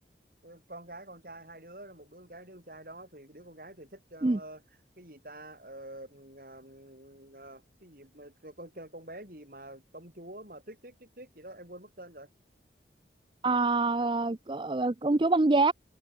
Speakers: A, on the right; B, on the right.
A: ờ, con gái con trai hai đứa một đứa con gái đứa con trai đó thì đứa con gái thì thích ờ,
B: Ừ.
A: cái gì ta Ờ, ờ, ờ, cái gì mà, con con bé gì mà công chúa mà tuyết tuyết tuyết tuyết gì đó em quên mất tên rồi
B: Ờ, c- công chúa băng giá